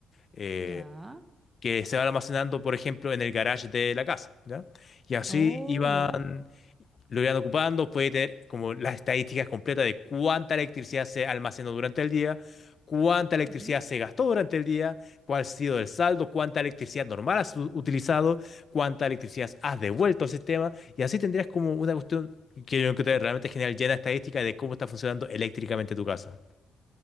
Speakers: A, on the left (about 45°); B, on the right (about 20°).
A: eh,
B: Ya.
A: que se va almacenando, por ejemplo, en el garage de la casa, ¿ya? Y así
B: Oh,
A: iban
B: ya.
A: lo irán ocupando, puede tener como las estadísticas completas de cuánta electricidad se almacenó durante el día, cuánta electricidad
B: Ujú.
A: se gastó durante el día, cuál ha sido el saldo, cuánta electricidad normal has u- utilizado, cuánta electricidad has devuelto al sistema, y así tendrías como una cuestión que yo encontré realmente genial, llena de estadística de cómo está funcionando eléctricamente tu casa.